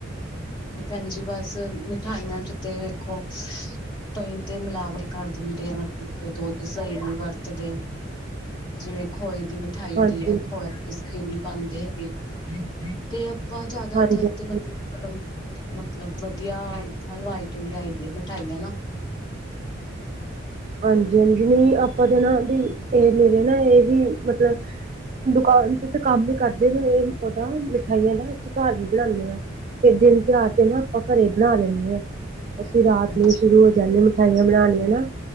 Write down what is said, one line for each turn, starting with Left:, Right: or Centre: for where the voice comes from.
Left: ਭੈਣ ਜੀ ਬਸ ਮਿਠਾਈਆਂ ਚ ਤੇ ਵੇਖੋ ਪਣੀ ਤੇ ਮਿਲਾਵਟ ਕਰ ਦਿੰਦੇ ਆ ਮਤਲਬ ਦੁੱਧ ਸਹੀ ਨ ਵਰਤਦੇ ਜਿਵੇਂ ਖੋਏ ਦੀ ਮਿੱਟੀ ਮਿਠਾਈ ਹੁੰਦੀ
Right: ਹਾਂਜੀ
Left: ਹੈ ਖੋਇਆ ਕਿਸ ਨੀ ਪਾਉਦੇ ਹੈਗੇ। ਤੇ ਆਪਾਂ ਜਿਆਦਾਤਰ
Right: ਹਾਂਜੀ ਹਾਂਜੀ
Left: ਤੇ ਮਤਲਬ ਮਤਲਬ ਵਧੀਆ ਹਲਵਾਈ ਤੋਂ ਲਿਆਈ ਦੀ ਹੈ ਮਿਠਾਈਆਂ ਨਾ
Right: ਹਾਂਜੀ ਹਾਂਜੀ ਨਹੀਂ ਆਪਾਂ ਤੇ ਨਾ ਵੀ ਇਹ ਮੇਰੇ ਨਾ ਇਹ ਵੀ ਮਤਲਬ ਦੁਕਾਨ ਤੇ ਤੇ ਕੰਮ ਨ ਕਰਦੇ ਇਹ ਉਹਦਾ ਮਿਠਾਈਆਂ ਦਾ ਅਸੀਂ ਘਰ ਵੀ ਬਣਾਉਦੇ ਹਾਂ ਫਿਰ ਦਿਨ ਤਿਉਹਾਰ ਤੇ ਨਾ ਆਪਾਂ ਘਰੇ ਬਣਾ ਲੈਂਦੇ ਹਾਂ ਅਸੀਂ ਰਾਤ
Left: ਅੱਛਾ
Right: ਨੂੰ ਸ਼ੁਰੂ ਹੋ ਜਾਂਦੇ ਮਿਠਾਈਆਂ ਬਣਾਉਣੀਆਂ ਨਾ